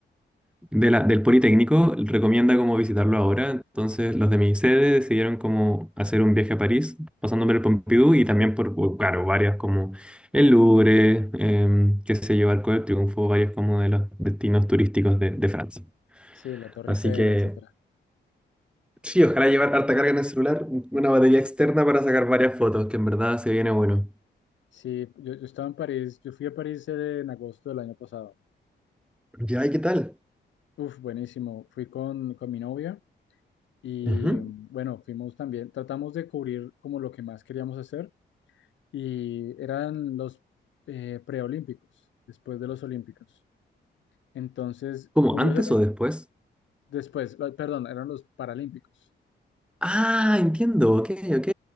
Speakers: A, in the centre; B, on the left.
A: de la, del Politécnico, recomienda como visitarlo ahora. Entonces los de mi sede decidieron como hacer un viaje a París, pasando por el Pompidou y también por, por, claro, varias como el Louvre, em, qué sé yo, Arco del Triunfo, varios como de los destinos turísticos de de Francia.
B: sí, la Torre
A: Así
B: Eiffel,
A: que
B: etcétera.
A: Sí, ojalá llevar harta carga en el celular, una batería externa para sacar varias fotos, que en verdad se viene bueno.
B: Sí, yo, yo estaba en París, yo fui a París eh, en agosto del año pasado.
A: Ya, ¿y qué tal?
B: Uf, buenísimo. Fui con, con mi novia y
A: Ujú.
B: mm, bueno, fuimos también, tratamos de cubrir como lo que más queríamos hacer y eran los eh, preolímpicos, después de los olímpicos. Entonces,
A: ¿Cómo?
B: curiosamente,
A: ¿Antes o después?
B: después, la- perdón, eran los paralímpicos.
A: Ah, entiendo, ok, ok.